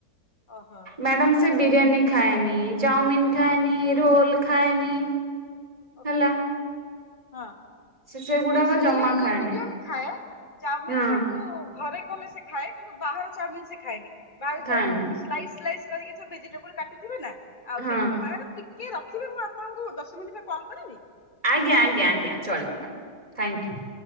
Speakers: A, on the left; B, on the right.
A: ଓହୋ
B: ମ୍ୟାଡାମ ସେ ବିରିୟାନି ଖାଏନି, ଚାଓମିିନ ଖାଏନି, ରୋଲ ଖାଏନି।
A: ଓକେ
B: ହେଲା।
A: ହଁ।
B: ସେ ସେଗୁଡାକ
A: ନାଇଁ ସେ
B: ଜମା
A: ଇଏ ଇଏ
B: ଖାଏନି
A: ବିରିୟାନି ଖାଏ ଚାଓମିନ
B: ହଁ
A: ଟାକୁ ଘରେ କଲେ ସେ ଖାଏ କିନ୍ତୁ ବାହାର ଚାଓମିନ ସିଏ ଖାଏନି ବାହାର ଚାଓମିନରେ
B: ଖାଏନି
A: ଯୋଉ ସ୍ଲାଇସ୍ ସ୍ଲାଇସ୍ କରିକି ସେ ଭେଜିଟେବୁଲ କାଟିଥିବେ ନା ଆଉ
B: ହଁ।
A: ସେଇଥି ମ୍ୟାଡାମ ଟି କେ ରଖିବେ ମୁଁ ଆପଣଙ୍କୁ ଦଶ ମିନିଟ୍ ପରେ କଲ୍ କରିବି?
B: ଆଜ୍ଞା ଆଜ୍ଞା ଆଜ୍ଞା ଚଳିବ ମ୍ୟାମ ଥ୍ୟାଙ୍କ ୟୁ।